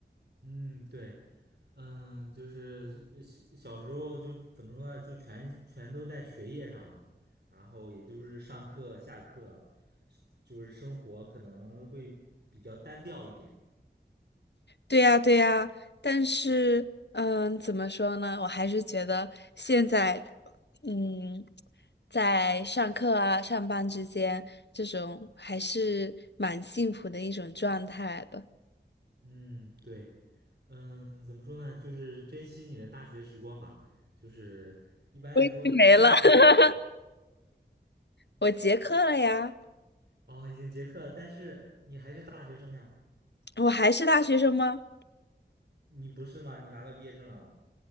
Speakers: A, on the right; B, on the left.
A: 嗯，对，嗯，就是呃小小时候就怎么说呢，就全全都在学业上嘛，然后也就是上课、下课，就是生活可能会比较单调一点。
B: 对呀，对呀，但是，嗯，怎么说呢？我还是觉得现在，嗯，在上课啊、上班之间，这种还是蛮幸福的一种状态的。
A: 嗯，对，嗯，怎么说呢，就是珍惜你的大学时光嘛，就是一般来说上大学，
B: 我已经没了。<laughs> 我结课了呀，
A: 哦，已经结课了，但是你还是大学生呀，
B: 我还是大学生吗？
A: 你不是吗？你拿到毕业证了吗？